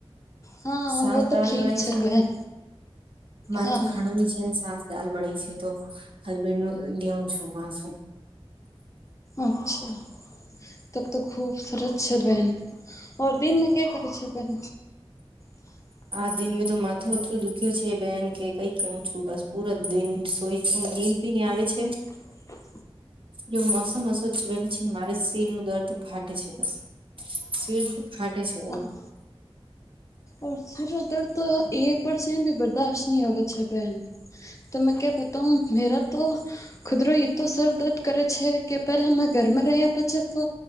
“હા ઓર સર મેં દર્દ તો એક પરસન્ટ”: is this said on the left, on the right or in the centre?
Left